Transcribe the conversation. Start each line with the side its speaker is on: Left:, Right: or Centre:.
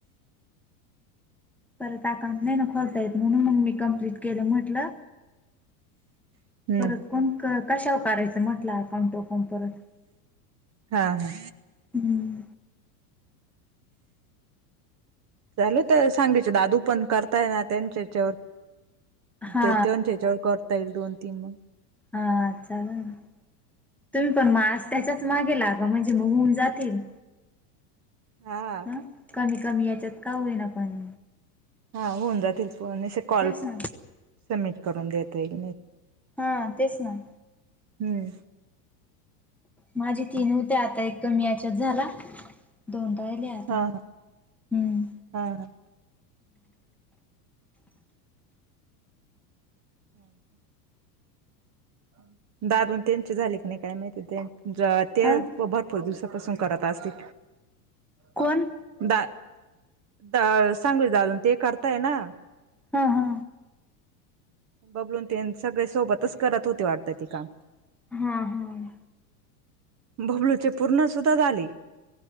Centre: परत अकाउंट नाही ना खोलता येत म्हणून मंग मी कम्प्लीट केलं. म्हटलं
Right: हम्म
Centre: परत कोण क-कशावर करायच म्हटलं अकाउंट ओपन परत.
Right: हा हा
Centre: हम्म
Right: झाले तर सांगाचे दादू पण करताय ना त्यांच्या याच्यावर
Centre: हा
Right: ते त्यांच्या ह्याच्यावर करता येइल. दोन, तीन, मग.
Centre: हा चाल ना, तुम्ही पण मा त्याच्याच मागे ला म्हणजे बघून जातिल.
Right: हा हा‌.
Centre: ह कमी कमी याच्यात का होईन आपण.
Right: होऊन जातील पण असे कॉल
Centre: तेच ना
Right: सबमिट करून देत येईल.
Centre: हा तेच ना.
Right: हम्म.
Centre: माझी तीन होते आता एक कमी याच्यात झाला. दोन राहिले आता
Right: हा हा
Centre: हम्म.
Right: हा हं. <inaudible> <inaudible> दादून त्यांचे झाले की नाही काय माहिती, ते
Centre: अ
Right: भरपूर दिवसापासून करत असतील. <unintelligible>
Centre: कोण
Right: दा सांगवी चे दादु अन् ते करताय ना.
Centre: हा हा.
Right: बबलून तेन सगळे सोबतच करत होते वाटतं ते काम.
Centre: हां हां.
Right: बबलूचे पूर्ण सुद्धा झाले.